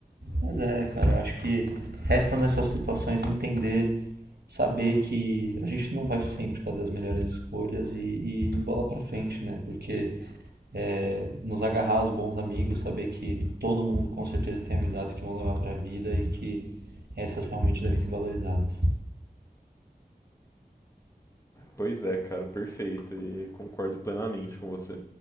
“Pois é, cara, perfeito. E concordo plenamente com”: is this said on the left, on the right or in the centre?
Left